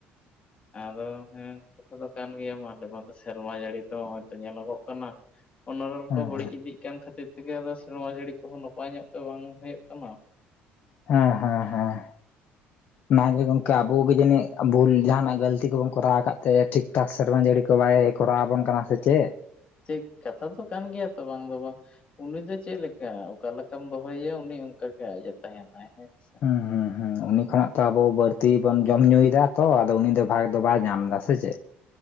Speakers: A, on the left; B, on the left.
A: ᱟᱫᱚ ᱦᱮᱸ ᱠᱟᱛᱷᱟ ᱫᱚ ᱠᱟᱱ ᱜᱮᱭᱟ ᱟᱞᱮ ᱢᱟ ᱥᱮᱨᱢᱟ ᱡᱟᱹᱲᱤ ᱛᱚ <unintelligible> ᱧᱮᱞᱚᱜᱚᱜ ᱠᱟᱱᱟ ᱚᱱᱚᱲᱚᱞ
B: ᱦᱮᱸ
A: ᱠᱚ ᱵᱟᱹᱲᱤᱡ ᱤᱫᱤᱜ ᱠᱟᱱ ᱠᱷᱟᱹᱛᱤᱨ ᱛᱮᱜᱮ ᱟᱫᱚ ᱥᱮᱨᱢᱟ ᱡᱟᱹᱲᱤ ᱠᱚᱦᱚᱸ ᱱᱟᱯᱟᱭ ᱧᱚᱜ ᱛᱮ ᱵᱟᱝ ᱦᱳᱭᱳᱜ ᱠᱟᱱᱟ
B: ᱦᱮᱸ ᱦᱮᱸ ᱦᱮᱸ ᱱᱟ ᱜᱮ ᱜᱚᱝᱠᱟ ᱟᱵᱚ ᱜᱮ ᱡᱟᱹᱱᱤᱡ ᱵᱷᱩᱞ ᱡᱟᱦᱟᱱᱟᱜ ᱜᱟᱞᱛᱤ ᱠᱚᱵᱚᱱ ᱠᱚᱨᱟᱣ ᱟᱠᱟᱫ ᱛᱮ ᱴᱷᱤᱠ ᱴᱷᱟᱠ ᱥᱮᱨᱢᱟ ᱡᱟᱹᱲᱤ ᱠᱚ ᱵᱟᱭ ᱠᱚᱨᱟᱣ ᱟᱵᱚᱱ ᱠᱟᱱᱟ ᱥᱮ ᱪᱮᱫ
A: ᱴᱷᱤᱠ ᱠᱟᱛᱷᱟ ᱫᱚ ᱠᱟᱱ ᱜᱮᱭᱟ ᱛᱚ ᱵᱟᱝ ᱫᱚ ᱵᱟᱝ ᱩᱱᱤ ᱫᱚ ᱪᱮᱫ ᱞᱮᱠᱟ ᱚᱠᱟ ᱞᱮᱠᱟᱢ ᱫᱚᱦᱚᱭᱮᱭᱟ ᱩᱱᱤ ᱚᱱᱠᱟᱜᱮ ᱟᱡ ᱮ ᱛᱟᱦᱮᱱᱟᱭ ᱦᱮᱸ ᱥᱮ
B: ᱦᱩᱸ ᱦᱩᱸ ᱦᱩᱸ ᱩᱱᱤ ᱠᱷᱚᱱᱟᱜ ᱛᱚ ᱟᱵᱚ ᱵᱟᱹᱲᱛᱤ ᱵᱚᱱ ᱡᱚᱢ ᱧᱩᱭᱫᱟ ᱛᱚ ᱟᱫᱚ ᱩᱱᱤ ᱫᱚ ᱵᱷᱟᱜᱽ ᱫᱚ ᱵᱟᱭ ᱧᱟᱢᱫᱟ ᱥᱮ ᱪᱮᱫ